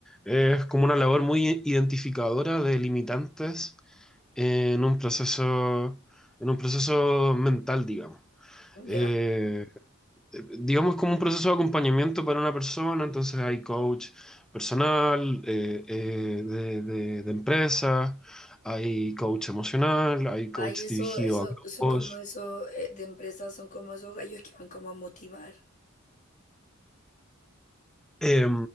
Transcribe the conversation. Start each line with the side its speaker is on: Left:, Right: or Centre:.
Centre: es como una labor muy identificadora de limitantes en un proceso, en un proceso mental, digamos.
Left: ya.
Centre: Eh, eh, digamos, como un proceso de acompañamiento para una persona, entonces hay coach personal, eh, eh, de, de- de empresa, hay coach emocional, hay coach
Left: Ay, eso,
Centre: dirigido
Left: eso,
Centre: a grupos.
Left: son como esos eh, de empresas, son como esos gallos que van como a motivar.
Centre: Eh,